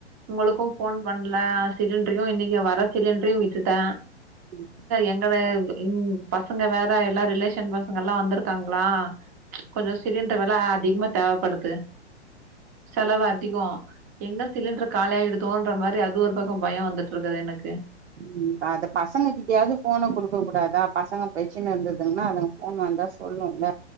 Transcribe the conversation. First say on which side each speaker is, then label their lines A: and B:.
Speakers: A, on the right (about 15°); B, on the right (about 70°).
A: உங்களுக்கு போன் பண்ல சிலிண்டரையு இன்னைக்கி வர சிலிண்டரையு விட்டுட்ட
B: ம்
A: எங்கட எங்க பசங்க வேற எல்லா ரிலேஷன் பசங்கல்லா வந்திருக்காங்களா கொஞ்ச சிலிண்டர் வேல அதிகமா தேவப்படுது செலவு அதிகோ எங்க சிலிண்டர் காலி ஆயிடுதோன்ற மாரி அது ஒரு பக்க பயோ வந்துட்டு இருக்குது எனக்கு
B: ம் அத பசங்க இப்டியாவது போன குடுக்க கூடாதா பசங்க பிரச்சின இருந்ததுங்கன்னா அதுங்க போன் வந்தா சொல்லுல்ல